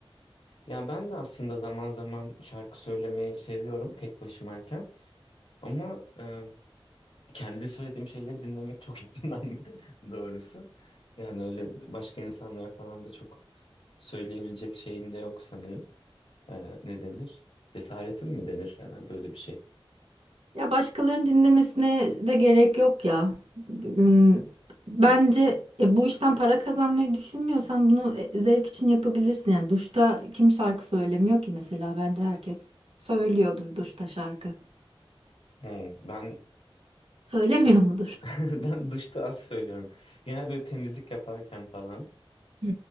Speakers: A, on the left (about 65°); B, on the right (about 80°).
A: Ya ben de aslında zaman zaman şarkı söylemeyi seviyorum tek başımayken. Ama e, kendi söylediğim şeyleri dinlemek çok <laughs> yakından doğrusu. Yani öyle başka insanlara falan da çok söyleyebilecek şeyim de yok sanırım. E, ne denir? Cesaretim mi denir herhalde öyle bir şey.
B: Ya başkalarının dinlemesine de gerek yok ya. Hmm, Bence e, bu işten para kazanmayı düşünmüyorsan bunu e, zevk için yapabilirsin. Yani duşta kim şarkı söylemiyor ki mesela? Bence herkes söylüyordur duşta şarkı.
A: Hmm, ben
B: Söylemiyor
A: de
B: mudur?
A: <laughs> ben duşta az söylüyorum. Genel böyle temizlik yaparken falan
B: Hı.